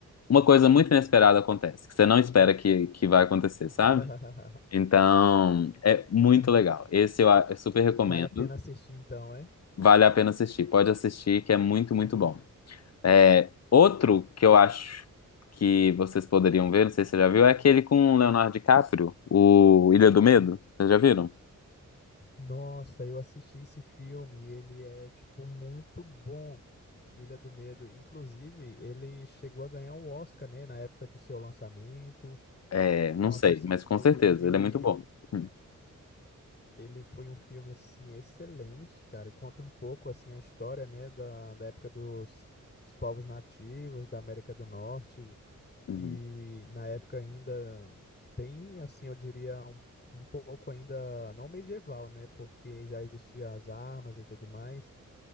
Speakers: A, on the left; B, on the left.
A: uma coisa muito inesperada acontece, que você não espera que, que vai acontecer,
B: <laughs>
A: sabe? Então, é muito legal. Esse eu, a- eu super recomendo.
B: Vale a pena assistir então, é?
A: Vale a pena assistir. Pode assistir, que é muito, muito bom. É, outro que eu acho que vocês poderiam ver, não sei se você já viu, é aquele com o Leonardo DiCaprio, o Ilha do Medo. Vocês já viram?
B: Nossa, eu assisti esse filme, ele é tipo muito bom. Ilha do Medo, inclusive, ele chegou a ganhar o Oscar, né, na época do seu lançamento.
A: É,
B: Nossa,
A: não sei,
B: assim,
A: mas
B: foi
A: com certeza,
B: um filme,
A: ele é muito bom. Hum,
B: ele foi um filme assim excelente, cara. E conta um pouco assim a história, né, da, da época dos, dos povos nativos da América do Norte
A: uhum.
B: E na época ainda tem, assim, eu diria, um, um pouco ainda não medieval, né? Porque já existiam as armas e tudo mais,